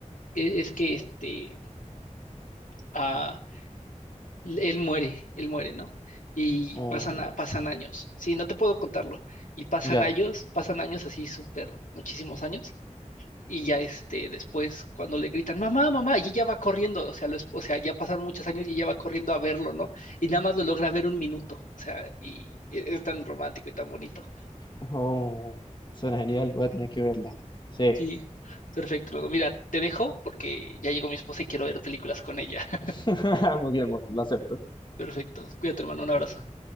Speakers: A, on the left (about 80°); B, on the left (about 35°).
A: es, es que, este, ah, él muere, él muere, ¿no? Y
B: oh,
A: pasan, a- pasan años. Sí, no te puedo contarlo. Y pasan
B: ya.
A: años, pasan años así súper, muchísimos años. Y ya este, después, cuando le gritan, mamá, mamá, y ella va corriendo, o sea, lo es- o sea, ya pasaron muchos años y ella va corriendo a verlo, ¿no? Y nada más lo logra ver un minuto, o sea, y e, es tan romántico y tan bonito.
B: Oh, suena genial, voy a tener que verla. Sí.
A: Sí, perfecto. Rodo. Mira, te dejo porque ya llegó mi esposa y quiero ver películas con ella. <laughs>
B: <laughs> Muy bien, muy bien, lo acepto.
A: Perfecto. Cuídate, hermano, un abrazo.